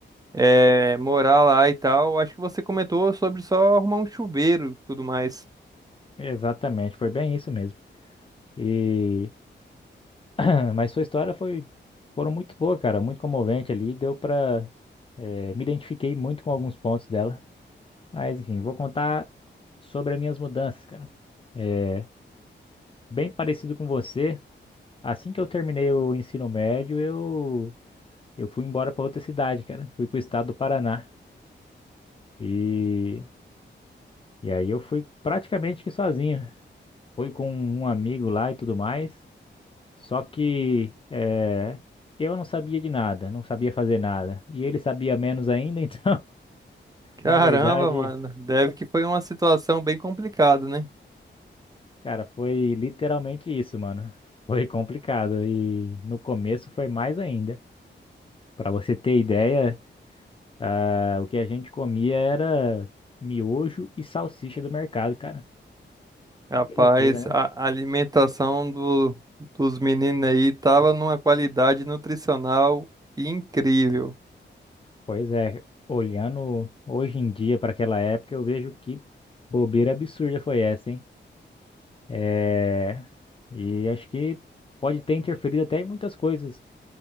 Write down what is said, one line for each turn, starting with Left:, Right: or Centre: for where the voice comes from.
Right: eh, morar lá e tal. Acho que você comentou sobre só arrumar um chuveiro e tudo mais.
Left: Exatamente, foi bem isso mesmo. E <clears throat> Mas sua história foi foram muito boa, cara, muito comovente ali, deu pra eh, me identifiquei muito com alguns pontos dela. Mas enfim, vou contar sobre as minhas mudanças, cara. É, bem parecido com você, assim que eu terminei o ensino médio, eu eu fui embora pra outra cidade, cara. Fui pro estado do Paraná. E e aí eu fui praticamente que sozinho. Fui com um amigo lá e tudo mais. Só que eh, eu não sabia de nada, não sabia fazer nada. E ele sabia menos ainda, <laughs> então,
Right: Caramba,
Left: na verdade,
Right: mano. Deve que foi uma situação bem complicada, né?
Left: cara, foi literalmente isso, mano. Foi complicado. E no começo foi mais ainda. Pra você ter ideia, ah, o que a gente comia era miojo e salsicha do mercado, cara.
Right: Rapaz,
Left: Que loucura, né?
Right: a alimentação do, dos meninos aí tava numa qualidade nutricional incrível.
Left: Pois é, olhando hoje em dia para aquela época, eu vejo que bobeira absurda foi essa, hein? É, e acho que pode ter interferido até em muitas coisas